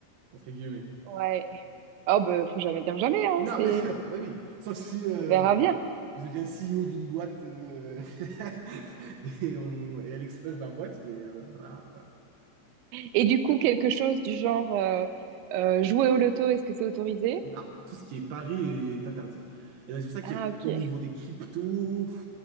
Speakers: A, on the right; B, on the right.
A: entre guillemets.
B: Ouais. Oh, bah, faut jamais dire jamais, hein.
A: Non,
B: C'est,
A: bien sûr, oui, oui. Sauf si euh,
B: on verra bien.
A: je deviens CEO d'une boîte euh, <laughs> et, on- et elle explose ma boîte, mais euh, voilà.
B: Et du coup, quelque chose du genre, euh, euh, jouer au loto, est-ce que c'est autorisé?
A: Non, tout ce qui est pari est interdit. Et donc, c'est pour ça qu'au
B: Ah, ok.
A: niveau des cryptos, pff,